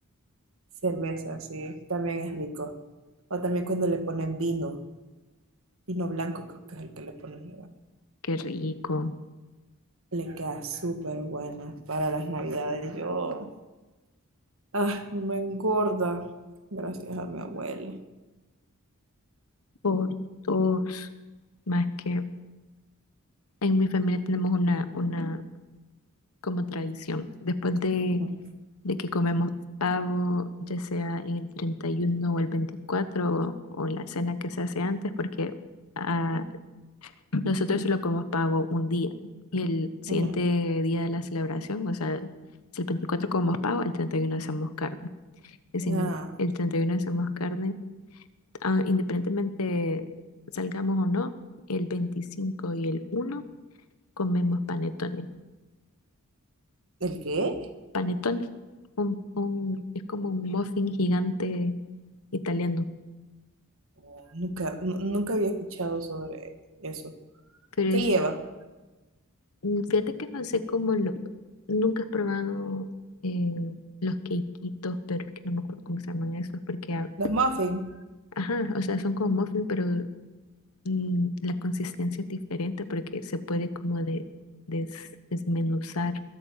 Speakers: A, on the right; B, on the left.
A: Cerveza, sí, también es rico. O también cuando le ponen vino, vino blanco creo que es el que le pone mi abuela.
B: Qué rico.
A: Le queda súper buena para las navidades. Yo, ah, me engorda gracias a mi abuela.
B: Por dos, más que en mi familia tenemos una, una como tradición. Después de
A: Ujú,
B: de que comemos pavo, ya sea el 31 o el 24 o, o la cena que se hace antes, porque ah, nosotros solo comemos pavo un día y el siguiente
A: ujú.
B: día de la celebración, o sea, si el 24 comemos pavo, el 31 hacemos carne. Y si
A: Ah,
B: el 31 hacemos carne, ah, independientemente salgamos o no, el 25 y el uno comemos panetones.
A: ¿el qué?
B: Panetones un- un- es como un muffin gigante italiano.
A: Oh, Nunca, nu- nunca había escuchado sobre eso.
B: Pero
A: ¿Qué
B: es,
A: lleva?
B: mm, fíjate que no sé cómo lo, nunca he probado eh, los quequitos, pero es que no me acuerdo cómo se llaman esos, porque, a-
A: ¿Los muffins?
B: ajá, o sea, son como muffin, pero mm, la consistencia es diferente, porque se puede como de, des- desmenuzar